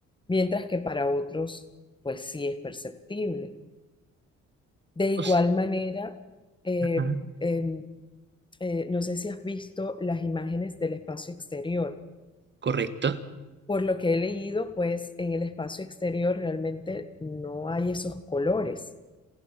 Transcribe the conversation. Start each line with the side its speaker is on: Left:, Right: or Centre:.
Left: mientras que para otros, pues sí es perceptible. De
Right: O
Left: igual
Right: s-
Left: manera, eh,
Right: ajá,
Left: em, eh, no sé si has visto las imágenes del espacio exterior.
Right: correcto.
Left: Por lo que he leído, pues en el espacio exterior realmente no hay esos colores.